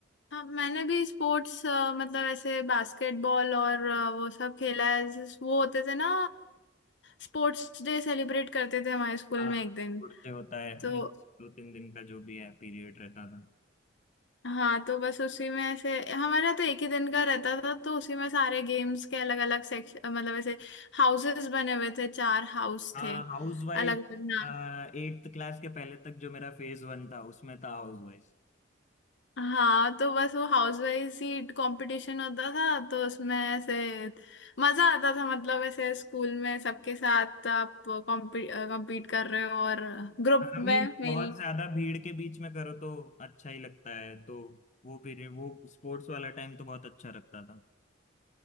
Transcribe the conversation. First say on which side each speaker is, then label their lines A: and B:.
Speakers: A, on the left; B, on the left.
A: हाँ मैंने भी स्पोर्ट्स मतलब ऐसे बास्केटबॉल और अ, वो सब खेला है जिस- वो होते थे ना स्पोर्ट्स डे सेलिब्रेट करते थे हमारे स्कूल
B: हाँ
A: में एक दिन
B: स्पोर्ट्स डे होता है
A: तो
B: नहीं दो तीन दिन का जो भी है पीरियड रहता था
A: हाँ तो बस उसी में ऐसे हमारा तो एक ही दिन का रहता था तो उसी में सारे गेम्स के अलग अलग सेक्शन मतलब ऐसे हाउसेस बने हुए थे चार हाउस
B: हाँ
A: थे
B: हाउस वाइज
A: अलग अलग
B: एट्थ क्लास के पहले तक जो मेरा फेज वन था उसमें था हाउस वाइज
A: हाँ तो बस वो हाउस वाइज ही कंपटीशन होता था तो उसमें ऐसे मजा आता था मतलब ऐसे स्कूल में सबके साथ आप कॉम्पीट कर रहे हो और ग्रुप
B: आई
A: में
B: मीन
A: मेनली
B: बहुत ज्यादा भीड़ के बीच में करो तो अच्छा ही लगता है तो वो पीरियड वो स्पोर्ट्स वाला टाइम तो बहुत अच्छा लगता था